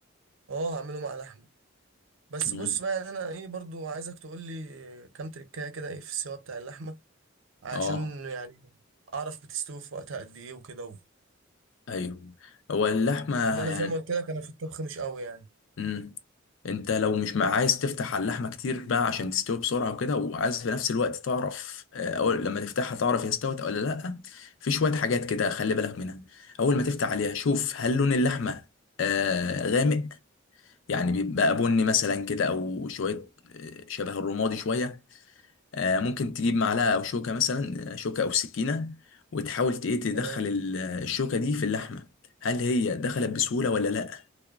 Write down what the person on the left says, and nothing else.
مم.
اه
ايوه هو اللحمه
يعني
امم انت لو مش مع عايز تفتح على اللحمه كتير بقى عشان تستوي بسرعه وكده وعايز في نفس الوقت تعرف آه، او لما تفتحها تعرف هي استوت ولا لا في شويه حاجات كده خلي بالك منها اول ما تفتح عليها شوف هل لون اللحمه آه غامق يعني بيبقى بني مثلا كده او شويه آه، شبه الرمادي شويه آه ممكن تجيب معلقه او شوكه مثلا آه، شوكه او سكينه وتحاول ت- ايه تدخل
ال- آه، الشوكه دي في اللحمه هل هي دخلت بسهوله ولا لا